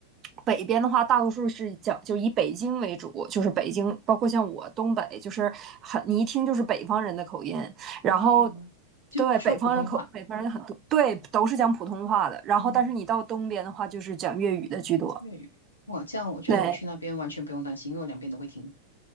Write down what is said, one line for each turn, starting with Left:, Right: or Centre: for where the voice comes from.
Right: 北边的话，大多数是讲就以北京为主，就是北京，包括像我东北，就是很你一听就是北方人的口音，
Left: 啊，
Right: 然后。
Left: 就说普通话
Right: 对，北方人口，北方人很多，对，都是讲普通话的。然后，
Left: 啊
Right: 但是你到东边的话，就是讲粤语的居多。
Left: 粤语。哇，这样我觉得我去那边完全不用担心，
Right: 对，
Left: 因为我两边都会听。